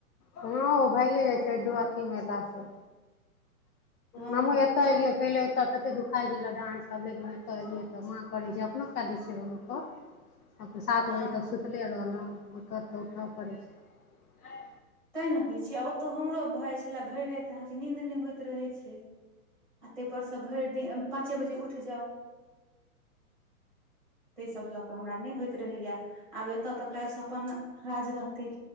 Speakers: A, on the left (about 85°); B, in the centre.
A: हँ ओ भइए जाइ छै दु अथी मेलासँ
B: हँ
A: हमु एत इलिय पहिले एतऽ तते दुखाइ छल डाट सब लेकिन एत एलियै तऽ माँ करै छै अपनो कए दै छियै हुनको अपन सात
B: हँ
A: बजे
B: हँ
A: तक सुतले रहलौ ओतय तऽ उठ पड़ै छै
B: तैँ ने कहै छियै ओतहु हमरो भ जाइ छलय भैर रात अहाँके नींन्द नहि होइत रहै छै आ ताहिपर सँ भरि दिन पाँचे बजे उठि जाउ त सब लग हमरा नहि होइत रहैया आब एतय तऽ काल से अपन राज रहते